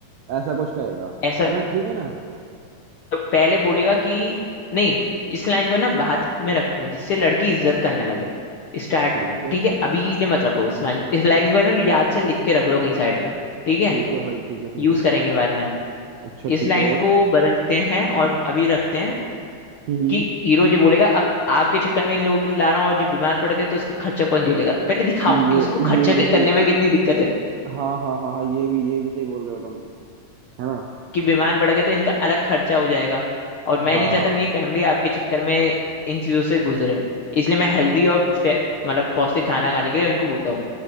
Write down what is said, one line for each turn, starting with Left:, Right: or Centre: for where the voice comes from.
Right: ऐसा कुछ कहेगा
Left: ऐसा
Right: है ना ठीक है ना
Left: पहले बोलेगा कि नहीं इस लाइन को ना बात में रखते हैं जिससे लड़की इज्जत करने लगे स्टार्ट
Right: ठीक है
Left: ठीक है अभी के लिए मत रखो इस लाइन इस लाइन को है ना याद से लिख के रख लो कहीं साइड में ठीक है
Right: ठीक है भाई ठीक है ठीक
Left: यूज
Right: है
Left: करेंगे बाद में
Right: अच्छा
Left: इस
Right: ठीक
Left: लाइन
Right: है और
Left: को बदलते हैं और अभी रखते हैं
Right: हम्म
Left: कि हीरो ये बोलेगा अब आपके चक्कर में इन लोगों के लिए ला रहा हूँ और जो बीमार पड़ गए तो इसका खर्चा कौन झेलेगा पहले दिखाओ
Right: ये
Left: कि उसको खर्चा
Right: ये भी सही
Left: करने में कितनी दिक्कत है
Right: हाँ हाँ हाँ हाँ ये भी ये भी सही बोल रहे हो तुम है ना
Left: कि बीमार पड़ गए तो इनका अलग खर्चा हो जाएगा और मैं
Right: हाँ
Left: नहीं चाहता मेरी फैमिली आपके चक्कर में इन चीजों से गुजरे इसलिए मैं हेल्दी और फे- मतलब पौष्टिक खाना खाने के लिए इनको बोलता हूँ